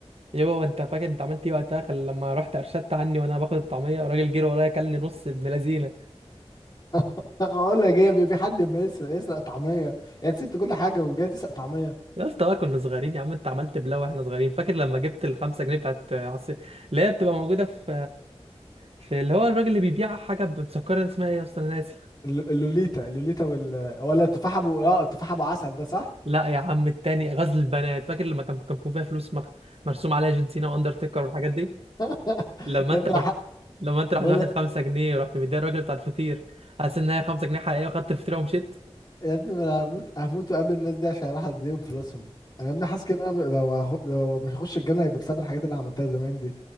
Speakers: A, on the right; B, on the left.
A: يابا هو انت فاكر انت عملت ايه وقتها خل- لما رحت ارشدت عني وانا باخد الطعميه الراجل جري ورايا كلني نص ابن لذينه
B: <laughs> اقول لك ايه يا في حد ما يسرق يسرق طعمية يا سبت كل حاجة وجاي تسرق طعمية
A: يا اسطى بقى كنا صغيرين يا عم انت عملت بلاوي واحنا صغيرين فاكر لما جبت الخمسة جنيه بتاعت عص... اللي هي بتبقى موجوده في في اللي هو الراجل اللي بيبيع حاجه مسكره اسمها ايه يا اسطى انا ناسي
B: الل- اللوليتا اللوليتا وال ولا التفاحة ابو اه التفاحة ابو عسل ده صح
A: لا يا عم التاني غزل البنات فاكر لما كان كان فيها فلوس مخ... مرسوم عليها جون سينا واندرتيكر والحاجات دي
B: <laughs>
A: لما
B: يا
A: انت
B: ابني
A: رحت لما انت
B: بقول
A: رحت واخد خمسة جنيه ورحت مديها الراجل بتاع الفطير حاسس ان هي 5 جنيه حقيقيه وخدت فطيره ومشيت
B: يا ابني ما انا هموت هموت وقابل الناس دي عشان اروح اديهم فلوسهم انا يا ابني حاسس كده إن انا لو هخ... لو مش هخش الجنه هيبقى بسبب الحاجات اللي انا عملتها زمان دي